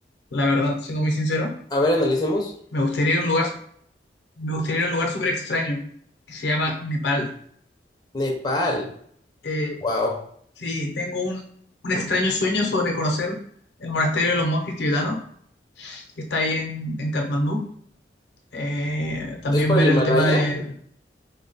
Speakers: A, on the left (about 75°); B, on the left (about 20°).
A: la verdad, siendo muy sincero.
B: A ver, analicemos.
A: Me gustaría ir a un lugar, me gustaría ir a un lugar súper extraño que se llama Nepal.
B: Nepal,
A: Eh,
B: wow.
A: sí, tengo un, un extraño sueño sobre conocer el monasterio de los monjes tibetanos que está ahí en, en Katmandú. Eh, también
B: ¿Es por
A: ver
B: el Himalaya?
A: el tema de...